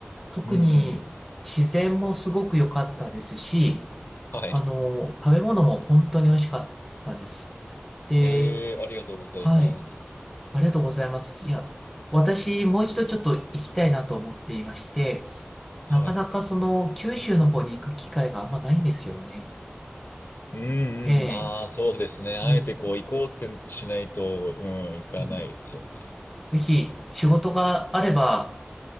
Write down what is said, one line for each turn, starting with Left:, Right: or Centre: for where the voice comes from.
Centre: 特に自然もすごく良かったですし、
Left: うんうんうんはい。
Centre: あの、食べ物も本当に美味しかったです。で、
Left: えー、ありがとうございます。
Centre: はい。ありがとうございます。いや、私、もう一度ちょっと行きたいなと思っていまして、
Left: はい。
Centre: なかなかその、九州の方に行く機会があんまないんですよね。
Left: うん。うんうんまあ、
Centre: ええ、
Left: そうですね。あえてこう、
Centre: うん、
Left: 行こうってしないと、うん、行かないですよね。
Centre: うん。ぜひ、仕事があれば